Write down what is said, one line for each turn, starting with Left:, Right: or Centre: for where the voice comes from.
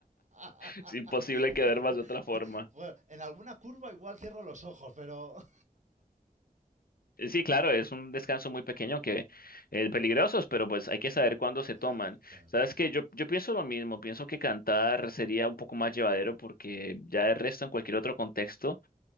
Right: <laughs>
Left: Es imposible que duermas de otra forma.
Right: Bueno, en alguna curva igual cierro los ojos, pero...
Left: Eh, Sí, claro, es un descanso muy pequeño que es peligrosos, pero pues hay que saber cuándo se
Right: <laughs>
Left: toman.
Right: Claro,
Left: Sabes que
Right: ¿verdad?
Left: yo, yo pienso lo mismo, pienso que cantar sería un poco más llevadero porque ya el resto en cualquier otro contexto